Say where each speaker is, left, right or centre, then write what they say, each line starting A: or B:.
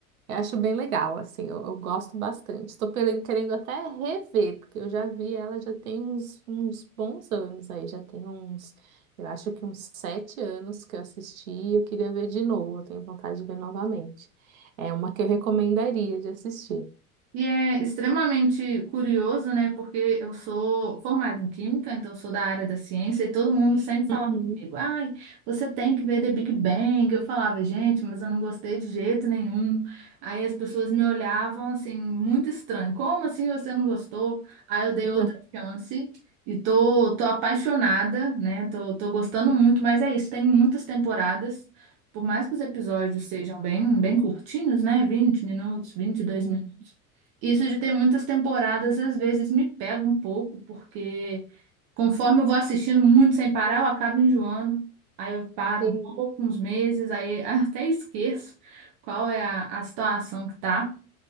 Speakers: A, on the right (about 70°); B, on the right (about 40°).
A: Eu acho bem legal, assim, eu, eu gosto bastante. Estou pele- querendo até rever, porque eu já vi ela já tem uns, uns bons anos aí, já tem uns, eu acho que uns sete anos que eu assisti e eu queria ver de novo, eu tenho vontade de ver novamente. É uma que eu recomendaria de assistir.
B: E é extremamente curioso, né? Porque eu sou formada em química, então eu sou da área da ciência, e todo mundo sempre falava
A: Uhum.
B: comigo, ai, você tem que ver The Big Bang. Eu falava, gente, mas eu não gostei de jeito nenhum. Aí as pessoas me olhavam assim, muito estranho. Como assim você não gostou? Aí eu dei
A: <laughs>
B: outra chance e tô, tô apaixonada, né? Tô, tô gostando muito, mas é isso, tem muitas temporadas. Por mais que os episódios sejam bem, bem curtinhos, né? Vinte minutos, vinte e dois
A: Sim.
B: minutos. Isso de ter muitas temporadas às vezes me pega um pouco, porque conforme eu vou assistindo muito sem parar, eu acabo enjoando. Aí eu paro
A: Tem
B: um pouco, uns meses, aí <laughs> até esqueço qual é a, a situação que tá.